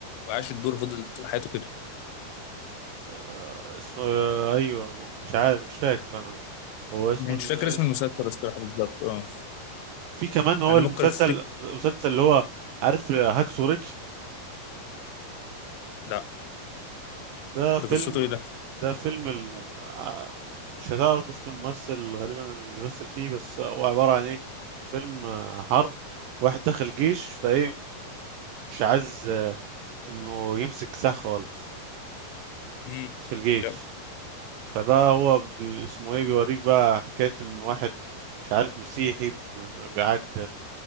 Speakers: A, on the left; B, on the right.
A: وعاش الدور فضل طول حياته كده
B: آه، اسمه آه، ايوه مش عارف مش فاكر انا هو اسم
A: انا مش فاكر
B: الاسم-
A: اسم المسلسل الصراحه بالظبط اه
B: في كمان هو
A: انا
B: المسلسل
A: ممكن افتكر
B: المسلسل اللي هو عارف هاكسو ريدج
A: لا
B: ده فيلم
A: ده قصته ايه ده
B: ده فيلم ال... ع- مش هتعرف اسم الممثل غالبا اللي بيمثل فيه بس هو عبارة عن ايه فيلم آه، حرب واحد دخل الجيش فايه مش عايز آه، انه يمسك سلاح خالص
A: امم
B: في الجيش
A: تمام
B: فبقى هو بي... اسمه ايه بيوريك بقى حكاية ان واحد مش عارف مسيحي ب- بيعد